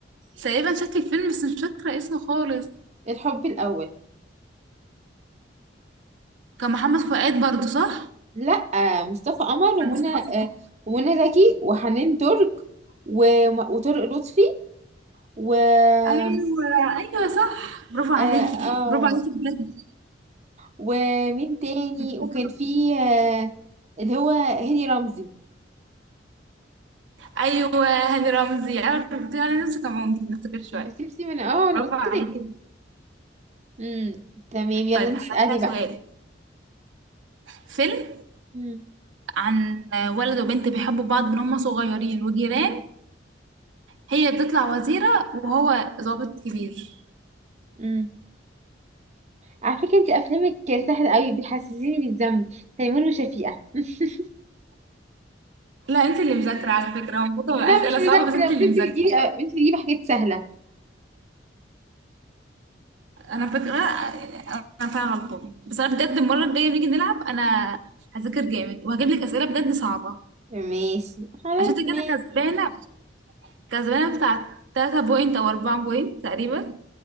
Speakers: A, on the right; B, on the right.
A: تقريبا شكل الفيلم بس مش فاكره اسمه خالص
B: الحب الاول
A: كان محمد فؤاد برضو صح
B: لا مصطفى قمر
A: كان
B: ومنى
A: مصطفى
B: آه، ومنى زكي وحنان ترك وم- وطارق لطفي و آه
A: ايوه ايوه صح برافو عليكي
B: آه،
A: برافو عليكي بجد
B: ومين تاني وكان
A: شاطرة.
B: فيه آه، اللي هو هاني رمزي
A: ايوه هاني رمزي انا كنت انا نفسي كان ممكن نفتكر شويه
B: شيبسي من اه
A: برافو
B: انا قلت
A: عليكي
B: لك امم تمام يلا
A: طيب
B: انت
A: هسألك
B: اسألي
A: بقى سؤال
B: بقى
A: فيلم
B: امم
A: عن ولد وبنت بيحبوا بعض من هما صغيرين وجيران هي بتطلع وزيرة وهو ضابط كبير
B: امم على فكرة انت افلامك سهلة قوي بتحسسيني بالذنب تيمور وشفيقة <laughs>
A: لا انت اللي مذاكرة على فكرة هو المفروض تبقى
B: لا
A: اسئلة
B: مش مذاكرة
A: صعبة بس انت اللي
B: بس انت
A: مذاكرة
B: بتجيبي انت بتجيبي حاجات سهلة
A: انا فاكرة انا فعلا غلطانة بس انا بجد المرة الجاية نيجي نلعب انا هذاكر جامد وهجيب لك اسئلة بجد صعبة
B: ماشي خلاص
A: عشان انت
B: ماشي
A: كده كسبانه كسبانه بتاع 3 بوينت او 4 بوينت تقريبا